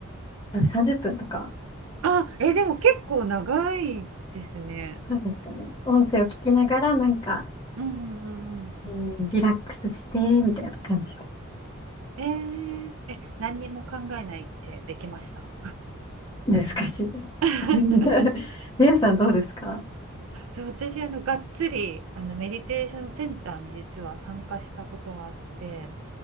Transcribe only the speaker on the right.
あ、え、でも結構長いですね。
うんうんうんうん。
えー、え、何にも考えないってできました
<laughs>
そう私あのがっつりあのメディテーションセンターに実は参加したことがあって